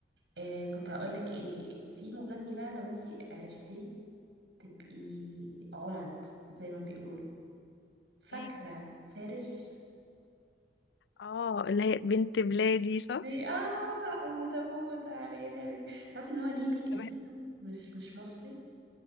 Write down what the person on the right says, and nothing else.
إيه كنت هقول لك ايه في مغني بقى لو انتي عرفتيه تبقي عمد زي ما بيقولوا فاكره
فارس
دي اه اموت اموت عليها دي تعرفي ان هو ليبي
اساسا مش مش مصري